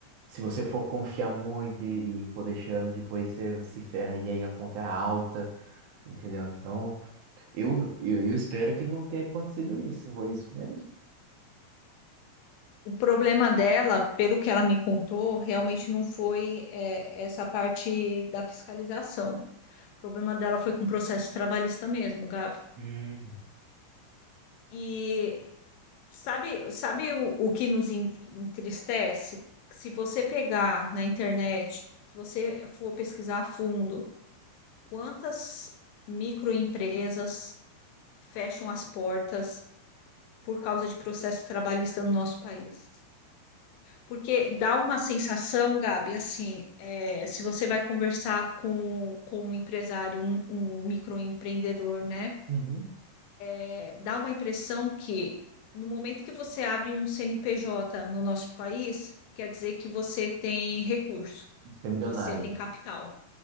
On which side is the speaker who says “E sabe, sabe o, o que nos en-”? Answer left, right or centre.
Left